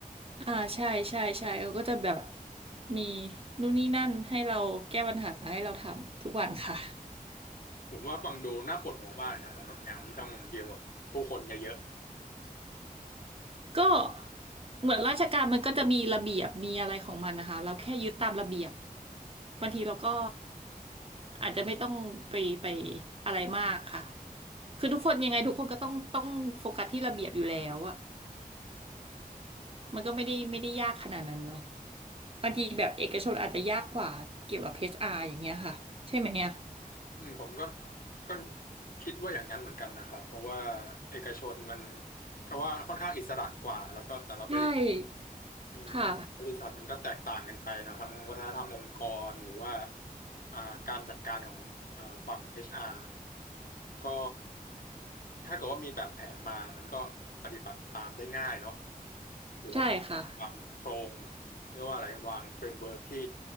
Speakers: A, on the right (about 40°); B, on the left (about 70°).
A: อ่าใช่ใช่ใช่เขาก็จะแบบมีนู่นนี่นั่นให้เราแก้ปัญหาให้เราทำทุกวันค่ะ <laughs>
B: ผมว่าฟังดูน่าปวดหัวมากนะสำหรับงานที่ต้องเดีลกับผู้คนเยอะ
A: ก็เหมือนราชการมันก็จะมีระเบียบมีอะไรของมันนะคะเราแค่ยึดตามระเบียบบางทีเราก็อาจจะไม่ต้องไปไปอะไรมากค่ะคือทุกคนยังไงทุกคนก็ต้องต้องโฟกัสที่ระเบียบอยู่แล้วอะมันก็ไม่ได้ไม่ได้ยากขนาดนั้นเนาะบางทีแบบเอกชนอาจจะยากกว่าเกี่ยวกับ HR อชอาร์อย่างเงี้ยค่ะใช่ไหมเนี่ย
B: อืมผมก็ก็คิดว่าอย่างนั้นเหมือนกันนะครับเพราะว่าเอกชนมันก็ว่าค่อนข้างอิสระกว่าแล้วก็แต่ละบริษัท
A: ใช่
B: อืม
A: ค่ะ
B: บริษัทมันก็แตกต่างกันไปเนาะทั้งวัฒนธรรมองค์กรหรือว่าอ่าการจัดการของอ่าฝั่ง HR ก็ถ้าเกิดว่ามีแบบแผนมา มันก็ปฏิบัติตามได้ง่ายเนาะถือว่า
A: ใช่ค่ะ
B: วางโครงเรียกว่าอะไรวางเฟรมเวิร์กที่